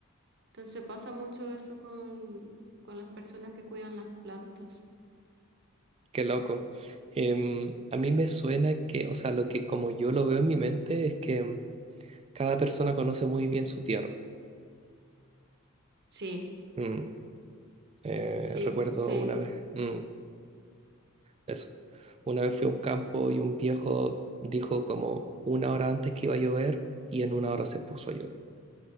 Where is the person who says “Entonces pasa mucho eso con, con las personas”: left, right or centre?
Right